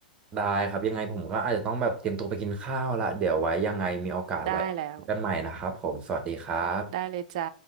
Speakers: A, on the right (about 25°); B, on the right (about 50°).
A: ได้ครับยังไงผมก็อาจจะต้องแบบเตรียมตัวไปกินข้าวละเดี๋ยวไว้ยังไงมีโอกาสไว้คุยกันใหม่นะครับผมสวัสดีครับ
B: ๆได้แล้ว ได้เลยจ้า